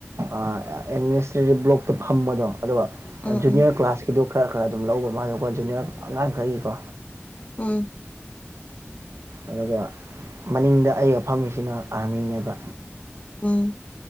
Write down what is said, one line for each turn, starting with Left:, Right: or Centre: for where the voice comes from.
Right: ꯑ ꯑꯦꯗꯃꯤꯅꯤꯁꯇ꯭ꯔꯦꯁꯟ ꯕ꯭ꯂꯣꯛꯇ ꯐꯝꯕꯗꯣ ꯑꯗꯨꯒ
Left: ꯎꯝ
Right: ꯖꯨꯅꯤꯌꯔ
Left: ꯎꯝ
Right: ꯀ꯭ꯂꯥꯁꯀꯤꯗꯣ ꯈꯔ ꯈꯔ ꯑꯗꯨꯝ ꯂꯧꯕ ꯃꯥꯅꯦꯀꯣ ꯖꯨꯅꯤꯌꯔ ꯑꯉꯥꯡ ꯈꯔꯒꯤꯀꯣ
Left: ꯎꯝ
Right: ꯑꯗꯨꯒ ꯃꯅꯤꯡꯗ ꯑꯩꯒ ꯐꯝꯃꯤꯁꯤꯅ ꯑꯥꯔꯃꯤꯅꯦꯕ
Left: ꯎꯝ